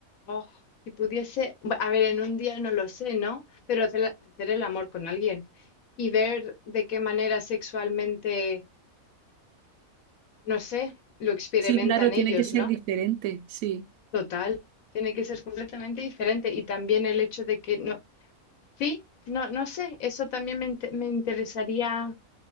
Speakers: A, on the left; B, on the right.
A: oh, si pudiese, bu- a ver, en un día no lo sé, ¿no? Pero hacer, hacer el amor con alguien y ver de qué manera sexualmente, no sé, lo experimentan
B: Sí, claro, tiene
A: ellos,
B: que ser
A: ¿no?
B: diferente, sí,
A: Total, tiene que ser Sí. completamente diferente. Y también el hecho de que, no, sí, no, no sé, eso también me, inte- me interesaría